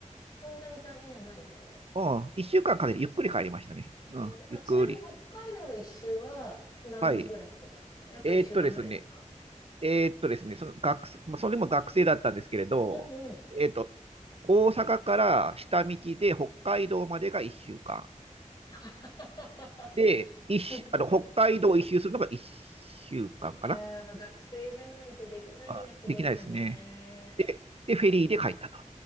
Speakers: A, on the left; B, on the right.
A: そんなに大変じゃないのかな
B: うん、うん、一週間かんかけてゆっくり帰りましたね。うん、
A: えーあ、
B: ゆっくり。
A: ちなみに北海道の一周は何日ぐらいかけたんですかやっぱり一週間ぐらいですか
B: はい。えーっとですね、えーっとですね、その学生、まあそれも学生だったんですけれど、
A: うんうん。
B: えーっと、大阪から下道で北海道までが一週間。
A: <laughs>
B: で、
A: すごい。
B: 一周、あの、北海道を一周するのが一週間かんかな。
A: ああ、まあ学生じゃないとできないやつですね。
B: あ、できないですね。で、で、フェリーで帰ったと。